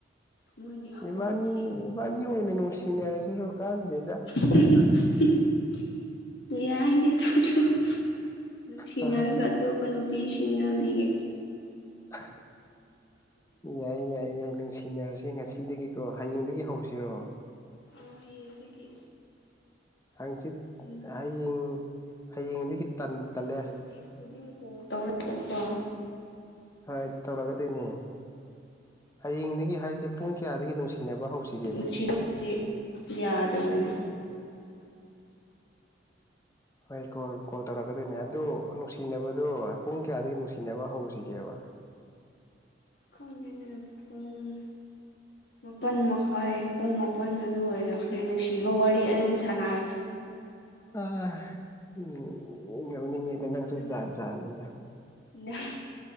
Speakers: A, on the left; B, on the left.
A: ꯃꯣꯏꯒꯤ ꯍꯧꯅꯕꯤ
B: ꯏꯕꯥꯟꯅꯤ ꯏꯕꯥꯟꯅꯤ ꯑꯣꯏꯅ ꯅꯨꯡꯁꯤꯅꯔꯁꯤꯔꯣ ꯀꯥꯟꯗꯦ
A: <unintelligible> ꯌꯥꯏꯅꯦ ꯑꯗꯨꯁꯨ ꯅꯨꯡꯁꯤꯅꯔꯒ
B: ꯍꯣꯏ ꯍꯣꯏ
A: ꯇꯣꯞꯄ ꯅꯨꯄꯤ ꯁꯤꯟꯅꯕꯤꯌꯦ
B: <unintelligible> ꯌꯥꯏꯌꯦ ꯌꯥꯏꯌꯦ ꯌꯥꯏ ꯅꯨꯡꯁꯤꯅꯔꯁꯤ ꯉꯁꯤꯗꯒꯤꯀꯣ ꯍꯌꯦꯡꯗꯒꯤ ꯍꯧꯁꯤꯔꯣ
A: ꯑꯣ ꯍꯌꯦꯡꯗꯒꯤ
B: ꯍꯪꯆꯤꯠ
A: ꯎꯝ
B: ꯍꯌꯦꯡ ꯍꯌꯦꯡꯗꯒꯤ ꯇꯟ ꯇꯜꯂꯦ
A: ꯅꯨꯡꯇꯤ ꯈꯨꯗꯤꯡ ꯀꯣꯜ ꯇꯧꯔꯛꯎꯀꯣ
B: ꯍꯣꯏ ꯇꯧꯔꯛꯀꯗꯨꯏꯅꯦ ꯍꯌꯦꯡꯗꯒꯤ ꯍꯥꯏꯁꯦ ꯄꯨꯡ ꯀꯌꯥꯗꯒꯤ ꯅꯨꯡꯁꯤꯅꯕ ꯍꯧꯁꯤ
A: ꯅꯨꯡꯁꯤ <unintelligible> ꯌꯥꯗꯕꯅꯦ
B: ꯍꯣꯏ ꯀꯣꯜ ꯀꯣꯜ ꯇꯧꯔꯛꯀꯗꯨꯏꯅꯦ ꯑꯗꯨ ꯅꯨꯡꯁꯤꯅꯕꯗꯨ ꯄꯨꯡ ꯀꯌꯥꯗꯒꯤ ꯅꯨꯡꯁꯤꯅꯕ ꯍꯧꯁꯤꯒꯦꯕ
A: ꯈꯪꯗꯦꯅꯦ ꯄꯨꯡ ꯃꯥꯄꯟ ꯃꯈꯥꯏ ꯄꯨꯡ ꯃꯥꯄꯟ ꯑꯗꯨꯋꯥꯏꯗꯧꯔꯗꯤ ꯅꯨꯡꯁꯤꯕ ꯋꯥꯔꯤ ꯑꯗꯨꯝ ꯁꯥꯟꯅꯥꯔꯁꯨꯀꯣ
B: ꯑ ꯎꯝ ꯅꯧꯅꯤꯡꯉꯤꯗ ꯅꯪꯁꯨ
A: ꯅꯪ
B: ꯖꯥꯠ ꯖꯥꯠꯅꯤꯗ
A: ꯅꯪ